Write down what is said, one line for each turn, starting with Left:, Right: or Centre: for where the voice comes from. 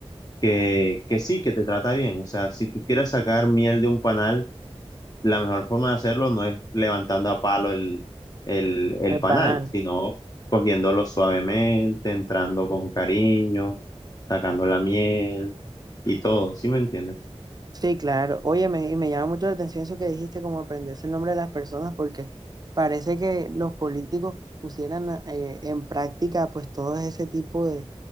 Left: que, que sí, que te trata bien. O sea, si tú quieres sacar miel de un panal, la mejor forma de hacerlo no es levantando a palo el, el, el
Right: El
Left: panal,
Right: panal.
Left: sino cogiéndolo suavemente, entrando con cariño, sacando la miel y todo, ¿sí me entiendes?
Right: Sí, claro. Oye, me, y me llama mucho la atención eso que dijiste, como aprenderse el nombre de las personas, porque parece que los políticos pusieran a- eh, en práctica pues todo ese tipo de,